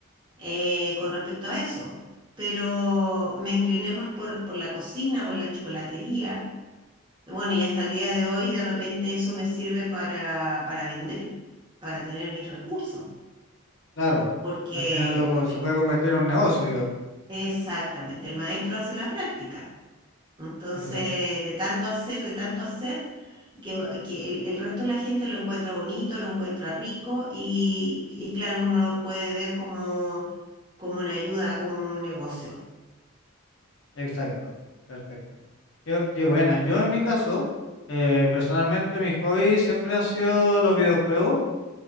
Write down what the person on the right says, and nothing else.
eh, con respecto a eso. Pero me incliné más por, por la cocina, por la chocolatería. Bueno, y hasta el día de hoy de repente eso me sirve para, para vender, para tener mis recursos,
porque
el-
exactamente, el maestro hace la práctica. Entonces,
de tanto hacer, de tanto hacer, que, que el, el resto de la gente lo encuentra bonito, lo encuentra rico y, y claro, uno lo puede ver como, como una ayuda, como un negocio,